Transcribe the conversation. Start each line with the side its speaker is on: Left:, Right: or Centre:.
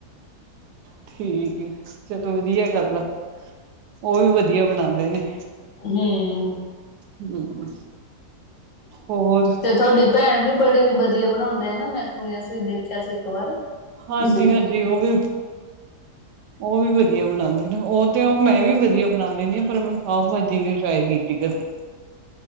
Right: ਠੀਕ ਆ ਚਲੋ ਵਧੀਆ ਗੱਲ ਆ। ਉਹ ਵੀ ਵਦੀਆ ਬਣਾਂਦੇ ਨੇ।
Left: ਹੰਮ
Right: ਹਮ ਹੋਰ
Left: ਤੇ ਤੁਹਾਡੀ ਪੈਣ ਵੀ ਬੜੀ ਵਦੀਆ ਬਣਾਉਂਦੇ ਨਾ ਮੈਂ ਸੁਣਿਆ ਸੀ ਦੇਖਿਆ ਸੀ ਇੱਕ ਵਾਰ।
Right: ਹਾਂਜੀ
Left: ਤੁਸੀਂ ਤੇ
Right: ਹਾਂਜੀ, ਉਹ ਵੀ ਉਹ ਵੀ ਵਦੀਆ ਬਣਾਂਦੇ ਨੇ ਉਹ ਤੇ ਉਹ ਮੈਂ ਵੀ ਵਦੀਆ ਬਣਾ ਲੈਂਨੀ ਆ ਪਰ ਮੈਂ ਪਾਓ ਵਾਜੀ ਨੀ ਟਰਾਈ ਕੀਤੀ ਕਦੇ।